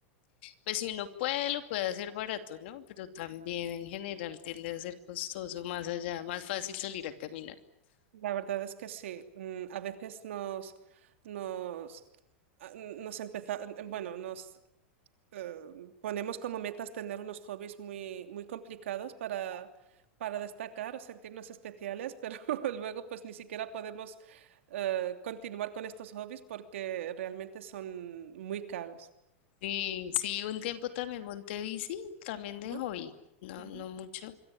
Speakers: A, on the left (about 60°); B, on the right (about 75°).
A: Pues si uno puede, lo puede hacer barato, ¿no? Pero también en general tiende a ser costoso más allá, más fácil salir a caminar.
B: La verdad es que sí. Mm, A veces nos, nos, a- nos empezamos, bueno, nos eh, ponemos como metas tener unos hobbies muy, muy complicados para, para destacar o sentirnos especiales, pero <laughs> luego pues ni siquiera podemos eh, continuar con estos hobbies porque realmente son muy caros.
A: Sí, sí, un tiempo también monté bici, también
B: Ajá,
A: de hobby, no,
B: ujú.
A: no mucho,